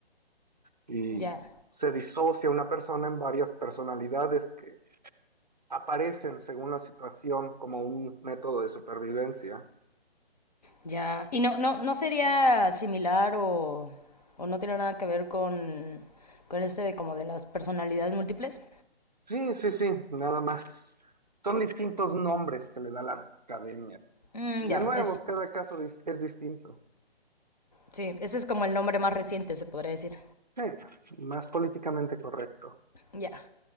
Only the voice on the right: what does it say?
y
se disocia una persona en varias personalidades que aparecen según la situación como un método de supervivencia.
Sí, sí, sí, nada más. Son distintos nombres que le da la academia.
Y de
nuevo,
cada caso dis- es distinto.
Sí, más políticamente correcto.